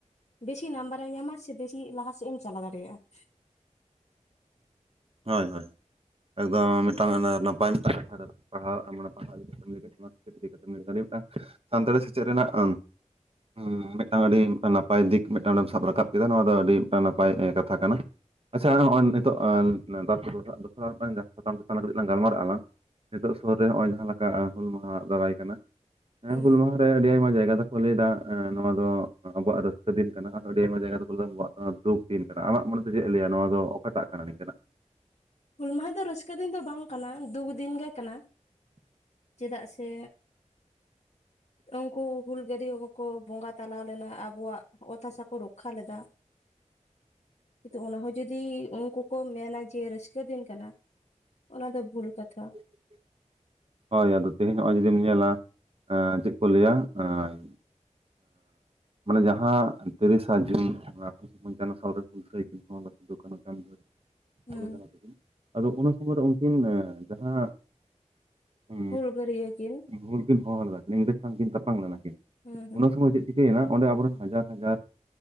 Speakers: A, on the left; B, on the right.
A: ᱵᱮᱥᱤ ᱱᱟᱢᱵᱟᱨ ᱮᱢ ᱧᱟᱢᱟ ᱥᱮ ᱵᱮᱥᱤ ᱞᱟᱦᱟ ᱥᱮᱫ ᱮᱢ ᱪᱟᱞᱟ ᱫᱟᱲᱮᱭᱟᱜᱼᱟ ᱾
B: ᱦᱳᱭ ᱦᱳᱭ ᱮᱠᱫᱚᱢ ᱢᱤᱫᱴᱟᱝ ᱚᱱᱟ ᱱᱟᱯᱟᱭ ᱢᱤᱫᱴᱟᱝ <inaudible> ᱯᱟᱲᱦᱟᱜ ᱢᱟᱱᱮ ᱯᱟᱲᱦᱟᱣ ᱤᱫᱤ ᱠᱟᱛᱮᱜ ᱞᱮᱭ ᱠᱟᱫ ᱛᱟᱢ ᱾ <inaudible> ᱟᱹᱰᱤ ᱢᱤᱫᱴᱟᱝ ᱥᱟᱱᱛᱟᱲᱤ ᱥᱮᱪᱮᱫ ᱨᱮᱱᱟᱜ ᱩᱢ ᱢᱤᱫᱴᱟᱝ ᱟᱹᱰᱤ ᱢᱤᱫᱴᱟᱝ ᱱᱟᱯᱟᱭ ᱫᱤᱠ ᱢᱤᱫᱴᱟᱝ ᱚᱸᱰᱮᱢ ᱥᱟᱵ ᱨᱟᱠᱟᱵ ᱠᱮᱫᱟ ᱱᱚᱣᱟ ᱫᱚ ᱟᱹᱰᱤ ᱱᱟᱯᱟᱭ ᱮᱸ ᱠᱟᱛᱷᱟ ᱠᱟᱱᱟ ᱾ ᱟᱪᱪᱷᱟ ᱦᱚᱜᱼᱚᱭ ᱱᱤᱛᱚᱜ <unintelligible> ᱜᱟᱞᱢᱟᱨᱟᱜ ᱟᱞᱟᱝ ᱾ ᱱᱤᱛᱚᱜ ᱥᱩᱨ ᱨᱮ ᱦᱚᱜᱼᱚᱭ ᱡᱟᱦᱟᱸ ᱞᱮᱠᱟ ᱦᱩᱞ ᱢᱟᱦᱟᱸ ᱫᱟᱨᱟᱭ ᱠᱟᱱᱟ ᱮ
A: ᱦᱩᱸ
B: ᱦᱩᱞ ᱢᱟᱦᱟᱸ ᱨᱮ ᱟᱹᱰᱤ ᱟᱭᱢᱟ ᱡᱟᱭᱜᱟ ᱫᱚᱠᱚ ᱞᱟᱹᱭ ᱫᱚ ᱮᱸ ᱱᱚᱣᱟ ᱫᱚ ᱟᱵᱚᱣᱟᱜ ᱨᱟᱹᱥᱠᱟᱹ ᱫᱤᱱ ᱠᱟᱱᱟ ᱟᱨ ᱟᱹᱰᱤ ᱟᱭᱢᱟ ᱡᱟᱭᱜᱟ ᱫᱚᱠᱚ ᱞᱟᱹᱭ ᱫᱟ ᱟᱵᱚᱣᱟᱜ ᱚᱸ ᱫᱩᱠ ᱫᱤᱱ ᱠᱟᱱᱟ ᱟᱢᱟᱜ ᱢᱚᱱᱮᱛᱮ ᱪᱮᱜ ᱞᱟᱹᱭᱟ ᱱᱚᱣᱟ ᱫᱚ ᱚᱠᱟᱴᱟᱜ ᱠᱟᱱᱟ ᱱᱤᱝᱠᱟᱱᱟᱜ ᱾
A: ᱦᱩᱞ ᱢᱟᱦᱟᱸ ᱫᱚ ᱨᱟᱹᱥᱠᱟᱹ ᱫᱤᱱ ᱫᱚ ᱵᱟᱝ ᱠᱟᱱᱟ ᱫᱩᱠ ᱫᱤᱱ ᱜᱮ ᱠᱟᱱᱟ ᱾ ᱪᱮᱫᱟᱜ ᱥᱮ ᱩᱱᱠᱩ ᱦᱩᱞ ᱜᱟᱹᱨᱤᱭᱟᱹ ᱠᱚᱠᱚ ᱵᱚᱸᱜᱟ ᱛᱟᱞᱟ ᱞᱮᱱᱟ ᱟᱵᱚᱣᱟᱜ ᱚᱛ ᱦᱟᱥᱟ ᱠᱚ ᱨᱚᱠᱠᱷᱟ ᱞᱮᱫᱟ ᱾ ᱠᱤᱱᱛᱩ ᱚᱱᱟᱦᱚᱸ ᱡᱩᱫᱤ ᱩᱱᱠᱩ ᱠᱚ ᱢᱮᱱᱟ ᱡᱮ ᱨᱟᱹᱥᱠᱟᱹ ᱫᱤᱱ ᱠᱟᱱᱟ ᱾ ᱚᱱᱟ ᱫᱚ ᱵᱷᱩᱞ ᱠᱟᱛᱷᱟ ᱾
B: <inaudible> ᱦᱳᱭ ᱟᱫᱚ ᱛᱮᱦᱤᱧ ᱦᱚᱜᱼᱚᱭ ᱡᱩᱫᱤᱢ ᱧᱮᱞᱟ ᱮᱸ ᱪᱮᱜ ᱠᱚ ᱞᱟᱹᱭᱟ ᱮᱸ
A: <inaudible>
B: ᱢᱟᱱᱮ ᱡᱟᱦᱟᱸ ᱛᱤᱨᱟᱥᱟ ᱡᱩᱱ ᱟᱴᱷᱮᱨᱚᱥᱚ ᱯᱚᱧᱪᱟᱱᱱᱚ ᱥᱟᱞ ᱨᱮ ᱦᱩᱞᱥᱟᱹᱭ ᱠᱤᱱ ᱦᱚ ᱥᱤᱫᱩ ᱠᱟᱹᱱᱩ ᱪᱟᱱ ᱵᱷᱳᱭᱨᱚᱵ
A: ᱦᱩᱸ
B: ᱯᱷᱩᱞᱟᱹ ᱡᱷᱟᱱᱚ ᱛᱟᱠᱤᱱ ᱟᱫᱚ ᱩᱱ ᱥᱩᱢᱚᱭ ᱨᱮ ᱩᱱᱠᱤᱱ ᱮᱸ ᱡᱟᱦᱟ ᱦᱩ
A: ᱦᱩᱞᱜᱟᱹᱨᱭᱟᱹ ᱠᱤᱱ
B: ᱦᱩᱞ ᱠᱤᱱ ᱦᱚᱦᱚ ᱞᱮᱫᱟᱠᱤᱱ ᱤᱝᱨᱮᱡᱽ ᱥᱟᱶ ᱠᱤᱱ ᱛᱟᱯᱟᱢ ᱞᱮᱱᱟ ᱠᱤᱱ
A: ᱦᱩᱸ ᱦᱩᱸ
B: ᱩᱱᱟ ᱥᱚᱢᱚᱭ ᱪᱮᱫ ᱪᱤᱠᱟᱹᱭᱱᱟ ᱚᱸᱰᱮ ᱟᱵᱚᱨᱮᱱ ᱦᱟᱡᱟᱨ ᱦᱟᱡᱟᱨ